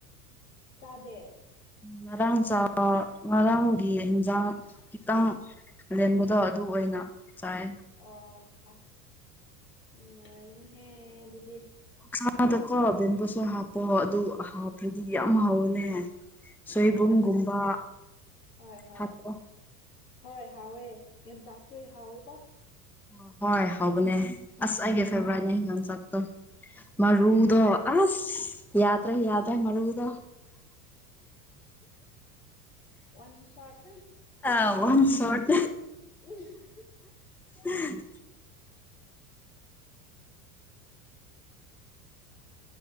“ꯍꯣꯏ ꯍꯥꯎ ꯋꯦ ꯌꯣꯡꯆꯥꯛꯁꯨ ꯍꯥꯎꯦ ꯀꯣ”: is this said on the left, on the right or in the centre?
Left